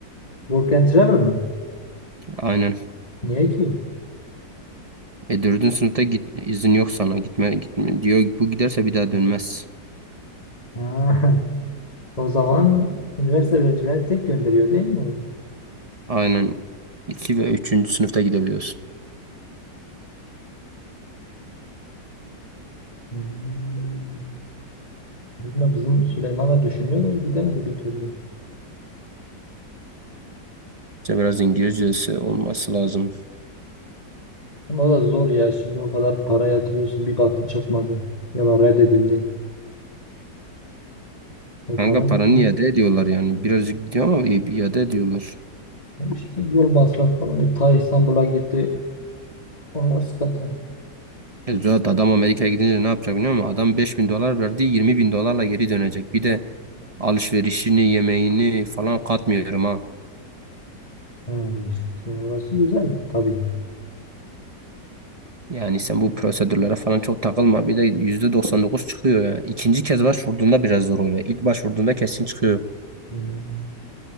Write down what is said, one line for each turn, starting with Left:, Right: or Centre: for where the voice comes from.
Left: Work and travel mi?
Right: Aynen.
Left: Niye ki?
Right: E dördüncü sınıfta git, izin yok sana. Gitme, gitme diyor. Bu giderse bir daha dönmez.
Left: Ha, <laughs> o zaman üniversite öğrencileri tek gönderiyor değil mi?
Right: Aynen. İki ve üçüncü sınıfta gidebiliyorsun.
Left: Hmm. Bilmiyorum, bizim Süleyman da düşünüyor da gidemedi bir türlü.
Right: İşte biraz İngilizcesi olması lazım.
Left: Ama o da zor ya. Şimdi o kadar para yatırıyorsun bir baktın çıkmadı. Ya da reddedildi. O
Right: Kanka
Left: para gitti.
Right: paranı iade ediyorlar yani. Birazcık gidiyor ama i- iade ediyorlar.
Left: İşte yol masrafı falan. E, Ta İstanbul'a gitti. Onlar sıkıntı.
Right: E, Zuhat adam Amerika'ya gidince ne yapacak biliyor musun? Adam 5000 dolar verdi yirmi bin dolarla geri dönecek. Bir de alışverişini yemeğini falan katmıyorum ha.
Left: Ha, işte orası güzel tabii.
Right: Yani sen bu prosedürlere falan çok takılma. Bir de %99 çıkıyor ya. İkinci kez başvurduğunda biraz zor oluyor. İlk başvurduğunda kesin çıkıyor.
Left: Hmm.